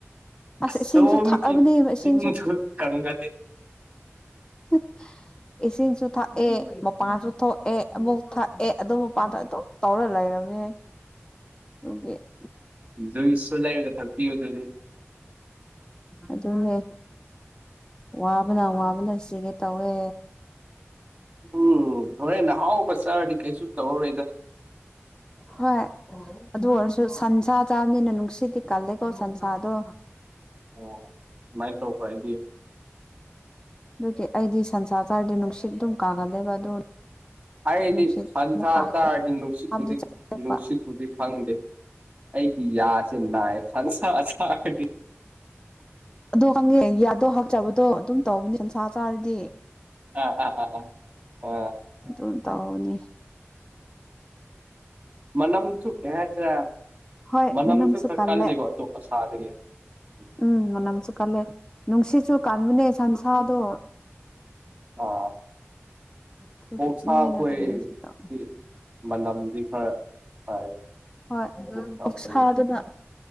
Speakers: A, on the left; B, on the right.
A: ꯑꯁ
B: ꯑꯁꯣꯝꯒꯤ
A: ꯏꯁꯤꯡꯁꯨ ꯊꯛꯑꯕꯅꯦ ꯏꯁꯤꯡꯁꯨ
B: ꯆꯤꯟ ꯁꯨ ꯀꯪꯉꯗꯤ
A: <unintelligible> ꯏꯁꯤꯡꯁꯨ ꯊꯛꯑꯦ ꯃꯄꯥꯟꯁꯨ ꯊꯣꯛꯑꯦ ꯑꯃꯨꯛ ꯊꯛꯑꯦ ꯑꯗꯨ ꯃꯄꯥꯟꯗ ꯑꯗꯨꯝ ꯇꯧꯔ ꯂꯩꯔꯝꯃꯦ <unintelligible>
B: ꯖꯨꯏꯁ ꯁꯨ ꯂꯩꯔꯒ ꯊꯛꯄꯤꯌꯣ ꯑꯗꯨꯗꯤ
A: ꯑꯗꯨꯅꯦ ꯋꯥꯕꯅ ꯋꯥꯕꯅ ꯁꯤꯒꯦ ꯇꯧꯋꯦ
B: ꯎꯝ ꯍꯣꯔꯦꯟ ꯅꯍꯥꯎꯕ ꯆꯥꯔꯗꯤ ꯀꯩꯁꯨ ꯇꯧꯔꯔꯣꯏꯗ
A: ꯍꯣꯏ ꯑꯗꯨ ꯑꯣꯏꯔꯁꯨ ꯁꯟꯁꯥ ꯆꯥꯕꯅꯤꯅ ꯅꯨꯡꯁꯤꯠꯇꯤ ꯀꯜꯂꯦꯀꯣ ꯁꯟꯁꯥꯗꯣ
B: ꯑꯣ ꯑꯃꯥꯏ ꯇꯧꯕ꯭ꯔꯥ ꯑꯩꯗꯤ
A: ꯗꯨꯒꯤ ꯑꯩꯗꯤ ꯁꯟꯁꯥ ꯆꯥꯔꯗꯤ ꯅꯨꯡꯁꯤꯠ ꯑꯗꯨꯝ ꯀꯥꯒꯜꯂꯦꯕ ꯑꯗꯨ
B: ꯍꯥꯏꯗꯤ
A: ꯅꯨꯡꯁꯤꯠ
B: ꯍꯟꯁꯥ
A: ꯑꯃꯨꯛ
B: ꯇꯥꯔꯗꯤ ꯅꯨꯡꯁꯤꯠꯄꯨꯗꯤ
A: ꯀꯥꯕꯗꯤ ꯆꯥꯕ
B: ꯅꯨꯡꯁꯤꯠꯄꯨꯗꯤ ꯈꯪꯗꯦ ꯑꯩꯒꯤ ꯌꯥꯁꯦꯅꯥꯏ ꯁꯟꯁꯥ ꯆꯔꯗꯤ
A: ꯑꯗꯨ ꯈꯪꯉꯦ ꯌꯥꯗꯣ ꯍꯞꯆꯕꯗꯣ ꯗꯨꯝ ꯇꯧꯕꯅꯦ ꯁꯟꯁꯥ ꯆꯥꯔꯗꯤ
B: ꯑꯥ ꯑꯥ ꯑꯥ ꯑꯥ ꯑꯥ
A: ꯗꯨꯝ ꯇꯥꯎꯅꯦ
B: ꯃꯅꯝꯁꯨ ꯑꯦ
A: ꯍꯣꯏ
B: ꯃꯅꯝꯁꯨ ꯈꯔ
A: ꯀꯜꯂꯦ
B: ꯀꯜꯂꯤꯀꯣ ꯑꯇꯣꯞ ꯁꯥꯗꯒꯤ ꯑꯣꯛ
A: ꯎꯝ ꯃꯅꯝꯁꯨ ꯀꯜꯂꯦ ꯅꯨꯡꯁꯤꯠꯁꯨ ꯀꯟꯕꯅꯦ ꯁꯟꯁꯥꯗꯣ
B: ꯑꯥ
A: ꯑꯗꯨꯒꯤ
B: ꯑꯣꯛꯁꯥ
A: ꯅꯣꯏꯅ
B: ꯈꯣꯏ
A: ꯀꯔꯤꯁꯨ ꯇꯧ
B: ꯗꯤ ꯃꯅꯝꯗꯤ ꯈꯔ ꯐꯩ
A: ꯍꯣꯏ
B: ꯑꯣꯛꯁꯥ
A: ꯑꯣꯛꯁꯥꯗꯨꯅ
B: ꯈꯣꯏꯗꯤ